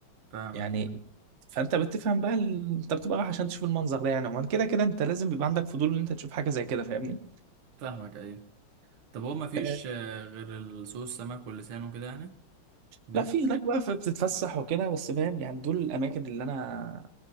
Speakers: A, on the right; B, on the right.
A: فاهمك
B: يعني فانت بتفهم بقى ال... انت بتبقى رايح عشان تشوف المنظر ده يعني عموما كده كده انت لازم بيبقى عندك فضول ان انت تشوف حاجه زي كده فاهمني
A: فاهمك ايوه طب هو مفيش
B: آه،
A: آه، غير سوق السمك واللسان وكده يعني هناك
B: لا في هناك بقى فبتتفسح وكده بس فاهم يعني دول الاماكن اللي انا